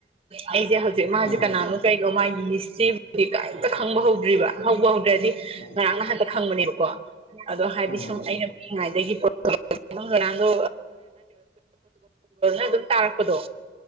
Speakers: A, on the right; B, on the left.
A: ꯑꯩꯁꯦ ꯍꯧꯖꯤꯛ ꯃꯥꯁꯦ
B: ꯎꯝ
A: ꯀꯣ ꯀꯅꯥꯅꯣ ꯀꯩꯒꯣ ꯃꯥꯒꯤ ꯃꯤꯁꯇ꯭ꯔꯤꯗꯤ ꯀꯩꯝꯇ ꯈꯪꯕ ꯍꯧꯗ꯭ꯔꯤꯕ ꯍꯧꯕ ꯍꯧꯗ꯭ꯔꯗꯤ
B: ꯎꯝ
A: ꯍꯟꯗꯛ ꯈꯪꯕꯅꯦꯕꯀꯣ ꯑꯗꯣ ꯍꯥꯏꯗꯤ
B: ꯎꯝ
A: ꯁꯨꯝ ꯑꯩꯅ ꯄꯤꯛꯏꯉꯩꯗꯒꯤꯣ ꯅꯗꯣ ꯑꯗꯨꯝ ꯇꯥꯔꯛꯄꯗꯣ